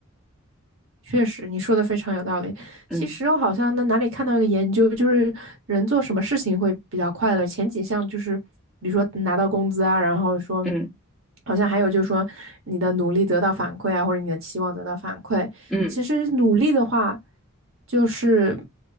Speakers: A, on the right; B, in the centre.
A: 确实，你说的非常有道理。
B: 嗯
A: 其实我好像在哪里看到一个研究，就是人做什么事情会比较快乐，前几项就是，比如说拿到工资啊，然后说，
B: 嗯
A: 好像还有就是说你的努力得到反馈啊，或者你的期望得到反馈。
B: 嗯
A: 其实努力的话，就是